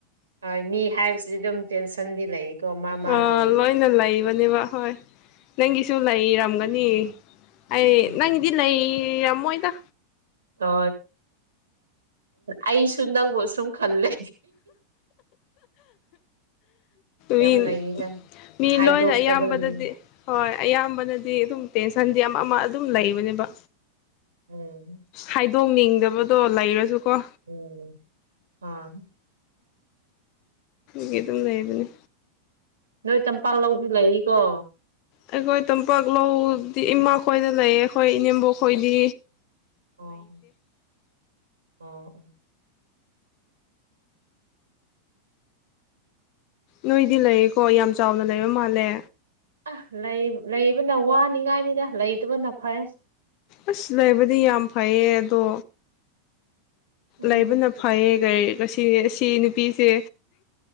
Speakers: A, on the right; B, on the left.
A: ꯍꯣꯏ ꯃꯤ ꯍꯥꯏꯕꯁꯤꯗꯤ ꯑꯗꯨꯝ ꯇꯦꯟꯁꯟꯗꯤ ꯂꯩꯀꯣ ꯃꯥ ꯃꯥꯒꯤ
B: ꯑꯥ ꯂꯣꯏꯅ ꯂꯩꯕꯅꯦꯕ ꯍꯣꯏ ꯅꯪꯒꯤꯁꯨ ꯂꯩꯔꯝꯒꯅꯤ ꯑꯩ
A: ꯎꯝ
B: ꯅꯪꯒꯤꯗꯤ ꯅ ꯔꯃꯣꯣꯏꯗ
A: ꯍ ꯑꯩꯁꯨ ꯅꯪꯕꯨ ꯁꯨꯝ ꯈꯜꯂꯦ
B: ꯃꯤ
A: ꯌꯥꯝ ꯂꯩꯔꯤꯗ
B: ꯃꯤ
A: ꯍꯥꯏꯗꯣꯛꯇꯕꯒꯤꯅꯤ
B: ꯂꯣꯏꯅ ꯑꯌꯥꯝꯕꯗꯗꯤ ꯍꯣꯏ ꯑꯌꯥꯝꯕꯅꯗꯤ ꯑꯗꯨꯝ ꯇꯦꯟꯁꯟꯗꯤ ꯑꯃ ꯑꯃ ꯑꯗꯨꯝ ꯂꯩꯕꯅꯦꯕ
A: ꯎꯝ
B: ꯍꯥꯏꯗꯣꯛꯅꯤꯡꯗꯕꯗꯣ ꯂꯩꯔꯁꯨꯀꯣ
A: ꯎꯝ ꯍꯥꯥ
B: ꯒꯤ ꯑꯗꯨꯝ ꯂꯩꯕꯅꯤ
A: ꯅꯣꯏ ꯇꯝꯄꯥꯛ ꯂꯧꯗꯤ ꯂꯩꯔꯤꯀꯣ
B: ꯑꯩꯈꯣꯏ ꯇꯝꯄꯥꯛ ꯂꯧꯗꯤ ꯏꯃꯥ ꯈꯣꯏꯗ ꯂꯩ ꯑꯩꯈꯣꯏ ꯏꯅꯦꯝꯕꯣꯛ ꯈꯣꯏꯗꯤ
A: ꯑꯣ ꯑꯣ ꯑꯣ ꯑꯣ
B: ꯅꯣꯏꯗꯤ ꯂꯩꯌꯦꯀꯣ ꯌꯥꯝ ꯆꯥꯎꯅ ꯂꯩꯕ ꯃꯥꯜꯂꯦ
A: ꯑ ꯂꯩ ꯂꯩꯕꯅ ꯋꯥꯅꯤꯡꯉꯥꯏꯅꯤꯗ ꯂꯩꯇꯕꯅ ꯐꯩ
B: ꯑꯁ ꯁꯤ ꯂꯩ ꯍꯥꯏꯕꯗꯤ ꯌꯥꯝ ꯐꯩꯌꯦ ꯑꯗꯣ
A: ꯎꯝ
B: ꯂꯩꯕꯅ ꯐꯩꯌꯦ ꯁꯤ ꯅꯨꯄꯤꯁꯦ